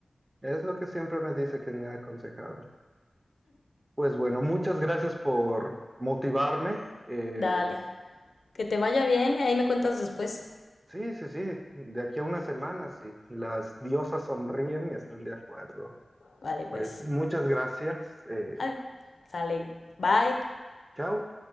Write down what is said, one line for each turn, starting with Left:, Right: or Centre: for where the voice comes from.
Right: Es lo que siempre me dice quien me ha aconsejado. Pues bueno, muchas gracias por motivarme. Eh,
Left: Dale. Que te vaya bien. Ahí me cuentas después.
Right: sí, sí, sí, de aquí a una semana, sí. Las diosas sonríen y están de acuerdo.
Left: Vale, pues.
Right: Pues muchas gracias. Eh,
Left: Ay, sale. Bye.
Right: chao.